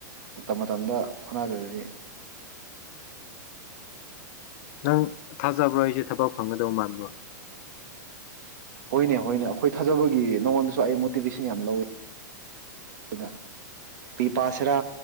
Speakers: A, on the right; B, on the left.
A: ꯃꯇꯝ ꯃꯇꯝꯗ ꯍꯣꯠꯅꯖꯔꯗꯤ
B: ꯅꯪ ꯊꯥꯖꯕ꯭ꯔꯣ ꯑꯩꯁꯦ ꯊꯕꯛ ꯐꯪꯒꯗꯧ ꯃꯥꯟꯕꯣ
A: ꯍꯣꯏꯅꯦ ꯍꯣꯏꯅꯦ ꯑꯩꯈꯣꯏ ꯊꯥꯖꯕꯒꯤ ꯅꯉꯣꯟꯗꯁꯨ ꯑꯩ ꯃꯣꯇꯤꯚꯦꯁꯟ ꯌꯥꯝ ꯂꯧꯋꯤ ꯍꯥꯏꯩꯅ ꯄꯤ ꯄꯁꯤꯔꯥ